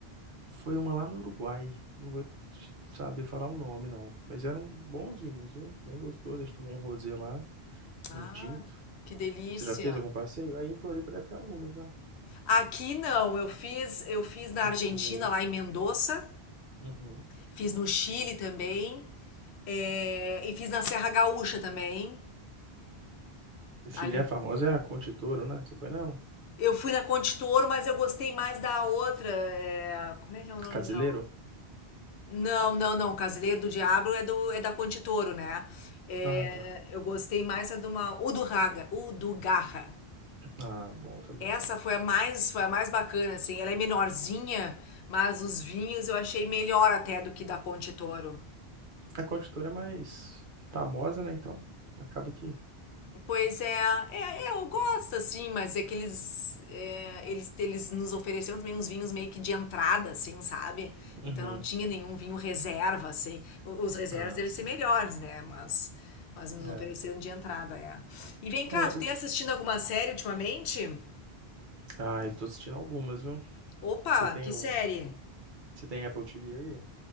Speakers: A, on the right; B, on the left.
A: Foi uma lá no Uruguai. Não vou te saber falar o nome, não. Mas eram bons vinhos, viu? Bem gostoso. A gente tomou um rosé lá
B: Ah,
A: e um tinto.
B: que delícia.
A: Você já fez algum passeio? Aí em Floripa deve ter algumas, né?
B: Aqui não, eu fiz, eu fiz na
A: Do
B: Argentina,
A: sul aí.
B: lá em Mendoza,
A: Uhum.
B: fiz no Chile também, eh, e fiz na Serra Gaúcha também.
A: O Chile
B: Ali.
A: é famosa é a Conte Toro, né? Você foi nela?
B: Eu fui na Conde Toro, mas eu gostei mais da outra. eh, como é que é o nome
A: Casileiro?
B: da outra? Não, não, não. Casileiro do Diabo é do é da Conte Toro, né? É,
A: Ah, tá.
B: eu gostei mais a de uma o do Raga, o do Garra.
A: Ah, bom também.
B: Essa foi a mais foi a mais bacana, assim. Ela é menorzinha, mas os vinhos eu achei melhor até do que da Conte Toro.
A: A Conte Toro é mais famosa, né? Então acaba que.
B: Pois é, é, é, eu gosto assim, mas é que eles, é, eles, eles nos ofereceram também uns vinhos meio que de entrada, assim, sabe?
A: Uhum.
B: Então não tinha nenhum vinho reserva, assim. O- Os reservas
A: Ah,
B: devem
A: sim.
B: ser melhores, né? Mas, mas nos ofereceram
A: É.
B: de entrada, é. E vem cá,
A: É,
B: tu
A: o
B: tem
A: que...
B: assistindo alguma série ultimamente?
A: Ah, eu tô assistindo algumas, viu?
B: Opa,
A: Você tem
B: que
A: o.
B: série?
A: Você tem Apple TV aí?